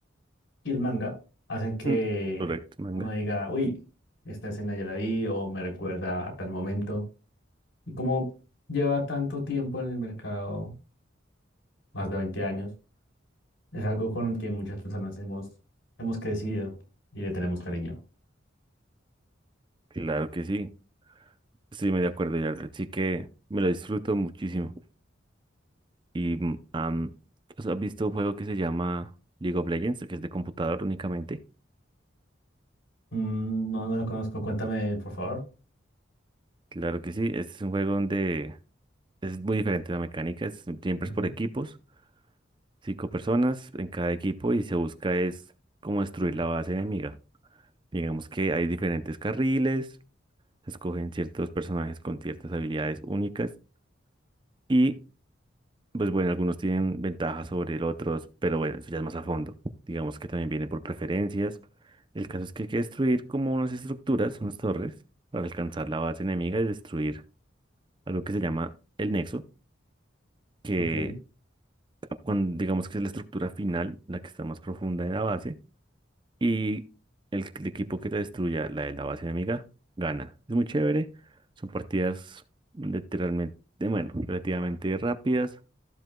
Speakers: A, on the left; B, on the right.
A: y el manga hacen que
B: Mm, correcto, manga.
A: uno diga, uy, esta escena ya la vi o me recuerda a tal momento. Y como lleva tanto tiempo en el mercado, más de 20 años, es algo con el que muchas personas hemos, hemos crecido y le tenemos cariño.
B: Claro que sí, estoy muy de acuerdo, ya sí que me lo disfruto muchísimo. Y mm, am, ¿has visto un juego que se llama League of Legends, que es de computador únicamente?
A: Mm, no, no lo conozco, cuéntame, de él, por favor.
B: Claro que sí, este es un juego donde es muy diferente la mecánica, es- siempre
A: Ujú,
B: es por equipos, cinco personas en cada equipo y se busca es cómo destruir la base enemiga. Digamos que hay diferentes carriles, se escogen ciertos personajes con ciertas habilidades únicas y Pues bueno, algunos tienen ventajas sobre el otros, pero bueno, eso ya es más a fondo. Digamos que también viene por preferencias. El caso es que hay que destruir como unas estructuras, unas torres, para alcanzar la base enemiga y destruir algo que se llama el nexo, que
A: Ok.
B: cuando, digamos que es la estructura final, la que está más profunda en la base, y el, el equipo que la destruya, la de la base enemiga, gana. Es muy chévere, son partidas literalmente, bueno, relativamente rápidas